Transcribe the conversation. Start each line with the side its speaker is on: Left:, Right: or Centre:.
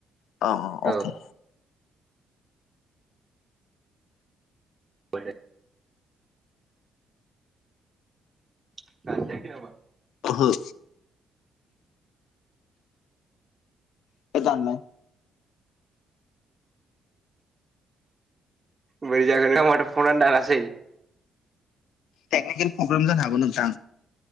Left: अ
Right: औ
Left: अके
Right: <unintelligible> <unintelligible>
Left: ओहो <unintelligible>
Right: बोरै जागोन नोंथां माथो फनानो दानासै
Left: टेकनिकेल प्रब्लेम जानो हागौ नोंथां